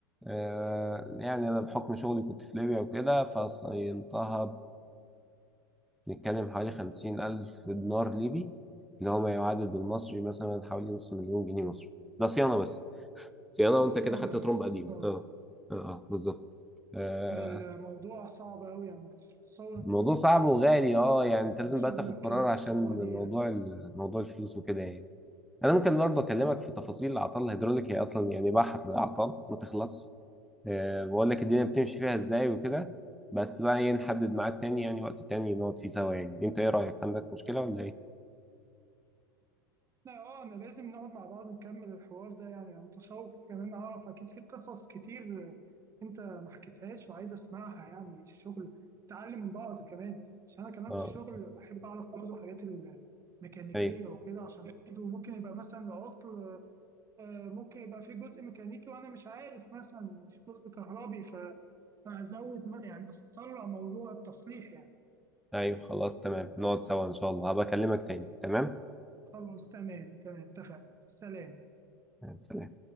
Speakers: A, in the centre; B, on the right.
A: آه، يعني أنا بحكم شغلي كنت في ليبيا وكده فصينتها بنتكلم حوالي خمسين ألف دينار ليبي اللي هو ما يعادل بالمصري مثلا حوالي نص مليون جنيه مصري ده صيانة بس صيانة
B: ده
A: وأنت
B: صيانة
A: كده خدت ترمب
B: بس
A: قديم
B: آه.
A: اه اه اه بالظبط آه،
B: ده الموضوع صعب أوي يعني ما كنتش متصور
A: الموضوع صعب وغالي اه يعني انت
B: إن
A: لازم
B: شغلك
A: بقى تاخد
B: كده
A: قرار
B: بالصعوبة
A: عشان
B: دي
A: موضوع
B: يعني.
A: ال- موضوع الفلوس وكده يعني انا ممكن برضه اكلمك في تفاصيل الاعطال الهيدروليك هي اصلا يعني بحر اعطال ما تخلصش أه بقول لك الدنيا بتمشي فيها ازاي وكده بس بقى ايه نحدد ميعاد تاني يعني وقت تاني نقعد فيه سوا يعني انت ايه رايك عندك مشكله ولا ايه؟
B: لا اه انا لازم نقعد مع بعض نكمل الحوار ده يعني انا متشوق كمان اعرف اكيد في قصص كتير آه، انت ما حكيتهاش وعايز اسمعها يعني الشغل تعلم من بعض كمان عشان انا كمان
A: اه
B: في الشغل بحب اعرف برضه حاجات الميكانيكيه
A: ايوه
B: وكده عشان برضه ممكن يبقى مثلا العطل آه، ممكن يبقى في جزء ميكانيكي وانا مش عارف مثلا مش جزء كهربي فازود يعني اسرع موضوع التصليح يعني
A: ايوه خلاص تمام نقعد سوا ان شاء الله هبقى اكلمك تاني تمام
B: خلاص تمام تمام اتفق سلام
A: سلام